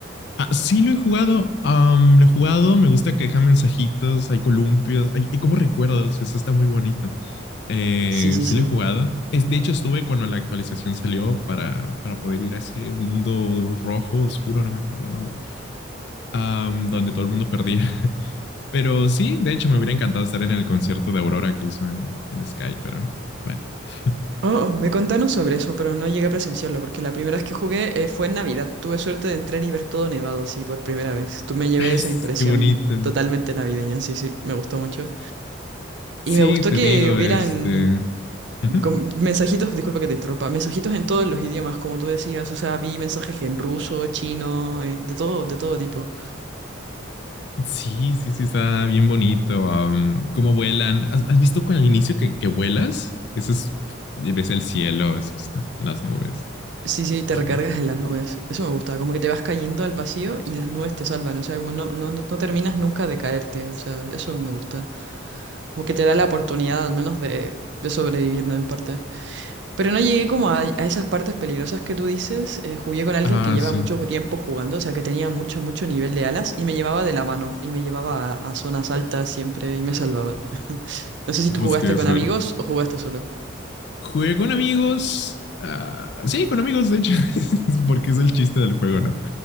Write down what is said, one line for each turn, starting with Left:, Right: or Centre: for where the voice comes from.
Left: Ah, sí lo he jugado, am, lo he jugado, me gusta que deja mensajitos, hay columpios, hay, hay como recuerdos, eso está muy bonito. Eh,
Right: Sí, sí,
Left: sí
Right: sí.
Left: lo he jugado. Es, de hecho, estuve cuando la actualización salió para, para poder ir a ese mundo rojo, oscuro, no me acuerdo el nombre, am, donde todo el mundo perdía. <laughs> Pero sí, de hecho, me hubiera encantado estar en el concierto de Aurora que hizo en, en Sky, pero bueno. <laughs>
Right: Oh, oh, me contaron sobre eso, pero no llegué a presenciarlo, porque la primera vez que jugué eh, fue en Navidad. Tuve suerte de entrar y ver todo nevado, sí, por primera vez. Tú me llevé
Left: Ah,
Right: esa
Left: sí,
Right: impresión
Left: qué bonito.
Right: totalmente navideña, sí, sí, me gustó mucho.
Left: Sí,
Right: Y me gustó
Left: te
Right: que
Left: digo,
Right: hubieran
Left: este... ujú.
Right: com- mensajitos, disculpa que te interrumpa, mensajitos en todos los idiomas, como tú decías, o sea, vi mensajes en ruso, chino, eh, de todo, de todo tipo.
Left: Sí, sí, sí, está bien bonito. am, cómo vuelan. ¿Has, has visto con el inicio que, que vuelas? Eso es, y ves el cielo, eso está, las nubes.
Right: Sí, sí, te
Left: Es-
Right: recargas en las nubes. Eso me gusta, como que te vas cayendo al vacío y las nubes te salvan, o sea, como no, no, no no terminas nunca de caerte, o sea, eso me gusta. Como que te da la oportunidad al menos de, de sobrevivir, ¿no? En parte. Pero no llegué como a, a esas partes peligrosas que tú dices. Eh, jugué con alguien
Left: ah,
Right: que lleva
Left: sí.
Right: mucho tiempo jugando, o sea, que tenía mucho, mucho nivel de alas y me llevaba de la mano y me llevaba a, a zonas altas siempre y me salvaba. No sé si
Left: Ah,
Right: tú
Left: Pues
Right: jugaste
Left: qué
Right: con
Left: suerte.
Right: amigos o jugaste solo.
Left: Jugué con amigos. ah, sí, con amigos, de hecho, <laughs> porque es el chiste del juego, ¿no?